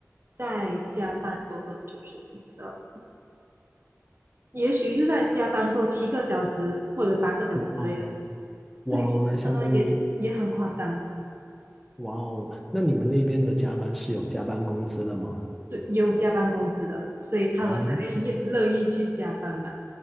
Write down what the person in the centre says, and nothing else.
哦，哇哦，
那相当于哇哦，那你们那边的加班是有加班工资的吗？
哦，